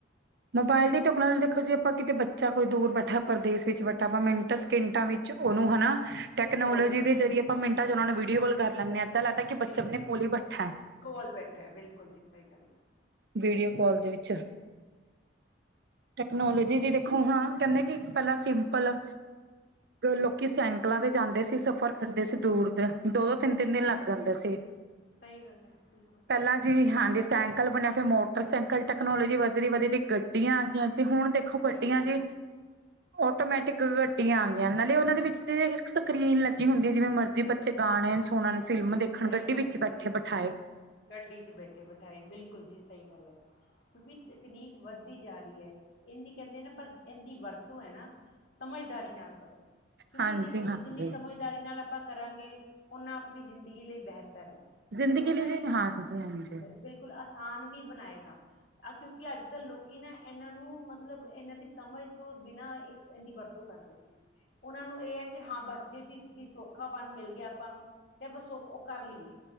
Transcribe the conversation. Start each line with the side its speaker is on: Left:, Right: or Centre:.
Right: ਮੋਬਾਇਲ ਦੀ ਟੈਕਨੋਲੋਜੀ ਦੇਖੋ ਜੇ ਆਪਾਂ ਕਿਤੇ ਬੱਚਾ ਕੋਈ ਦੂਰ ਬੈਠਾ ਪਰਦੇਸ਼ ਵਿੱਚ ਬੈਠਾ ਆਪਾਂ ਮਿੰਟ, ਸਕਿੰਟਾਂ ਵਿੱਚ ਉਹਨੂੰ ਹਨਾ ਟੈਕਨੋਲੋਜੀ
Left: ਕਾਲ ਕਰਨਾ
Right: ਦੇ ਜ਼ਰੀਏ ਆਪਾਂ ਮਿੰਟਾਂ
Left: ਬਿਲਕੁਲ
Right: ਚ ਉਹਨਾਂ ਨੂੰ ਵੀਡੀਓ ਕੋਲ ਕਰ ਲੈਂਦੇ ਹ ਇੱਦਾਂ ਲੱਗਦਾ ਕਿ ਬੱਚ
Left: ਬਿਲਕੁਲ
Right: ਆਪਣੇ ਕੋਲ ਹੀ ਬਠਾ।
Left: ਕੋਲ ਬੈਠਾ ਬਿਲਕੁਲ ਜੀ ਸਹੀ ਗੱਲ ਹੈ
Right: ਵੀਡੀਓ ਕਾਲ ਦੇ ਵਿੱਚ ਟੈਕਨੋਲੋਜੀ ਜੀ ਦੇਖੋ ਹਾਂ ਕਹਿੰਦੇ ਕਿ ਪਹਿਲਾਂ ਸਿੰਪਲ ਲੋਕੀ ਸੈਂਕਲਾਂ ਤੇ ਜਾਂਦੇ ਸੀ ਸਫ਼ਰ ਕਰਦੇ ਸੀ ਦੂਰ ਦੇ ਦੋ ਦੋ ਤਿੰਨ ਤਿੰਨ ਦਿਨ ਲੱਗ ਜਾਂਦੇ ਸੀ
Left: ਸਹੀ ਗੱਲ ਹੈ ਬਿਲਕੁਲ
Right: ਪਹਿਲਾਂ ਜੀ ਹਾਂਜੀ ਸਾਈਕਲ ਬਣਿਆ ਫੇਿਰ ਮੋਟਰ ਸਾਈਕਲ ਟੈਕਨੋਲੋਜੀ ਵਧ ਦੀ ਵਧਦੀ ਗੱਡੀਆਂ ਆ ਗਈਆਂ ਜੀ ਹੁਣ ਦੇ ੱਖੋ ਕੱਟੀਆਂ
Left: ਗੱਡੀਆਂ ਆਉਣ
Right: ਜੀ
Left: ਸ਼ੁਰੂ
Right: ਆਟੋਮੈਟਿਕ ਗੱਡੀਆਂ ਆ ਗਈਆਂ ਨਾਲੇ ਉਹਨਾਂ ਦੇ ਵਿੱਚ ਸਕਰੀਨ ਲੱਗੀ ਹੁੰਦੀ ਹੈ ਜਿਵੇਂ ਮਰਜ਼ੀ ਵਿੱਚ ਗਾਣੇ ਸੁਣਨ ਫਿਲਮ ਦੇਖਣ
Left: ਸਹੀ
Right: ਗੱਡੀ
Left: ਗੱਲ
Right: ਵਿੱਚ
Left: ਏ
Right: ਬੈਠੇ
Left: ਬਿਲਕੁਲ
Right: ਬਿਠਾਏ
Left: ਗੱਡੀ ਚ ਬੈਠੇ ਬਿਠਾਏ ਬਿਲਕੁਲ ਜੀ ਸਹੀ ਗੱਲ ਹੈ ਕਿਉਕਿ ਤਕਨੀਕ ਵੱਧਦੀ ਜਾ ਰਹੀ ਹੈ ਇਹਦੀ ਕਹਿੰਦੇ ਨਾ ਪਰ ਇਹਦੀ ਵਰਤੋਂ ਹੈ ਨਾ ਸਮਝਦਾਰੀ ਨਾਲ ਕਰੋ ਕਿਉਂਕਿ
Right: ਹਾਂਜੀ
Left: ਇੰ ਦੀ ਵਰਤੋਂ
Right: ਹਾਂਜੀ
Left: ਚ ਇੰਨੀ ਸਮਝ ਦਾਰੀ ਨਾਲ ਆਪਾਂ ਕਰਾਂਗੇ ਉਹਨਾਂ ਆਪਣੀ ਜ਼ਿੰਦਗੀ ਲਈ ਬਿਹਤਰ ਹੈ
Right: ਜ਼ਿੰਦਗੀ
Left: ਤੇ
Right: ਲਈ
Left: ਨਾ
Right: ਜੀ
Left: ਹੀ
Right: ਹਾਂਜੀ ਹਾਂਜੀ
Left: ਬਿਲਕੁਲ ਆਸਾਨ ਵੀ ਬਣਾਏਗਾ ਕਿਉਂਕਿ ਅੱਜ ਕੱਲ੍ਹ ਲੋਕੀ ਨਾ ਇਹਨਾਂ ਨੂੰ ਮਤਲਬ ਇਹਨਾਂ ਦੀ ਸਮਝ ਤੋਂ ਬਿਨਾਂ, ਇਹਦੀ ਵਰਤੋਂ ਕਰ ਰਹੇ ਨੇ ਉਹਨਾਂ ਨੂੰ ਇਹ ਹੈ ਕਿ ਹਾਂ ਬਸ ਜਿਹ ਚੀਜ਼ ਦੀ ਸੌਖਾਪਨ ਮਿਲ ਗਿਆ ਆਪਾਂ ਨੂੰ, ਤੇ ਆਪਾਂ ਉਹ ਕਰ ਲਈਏ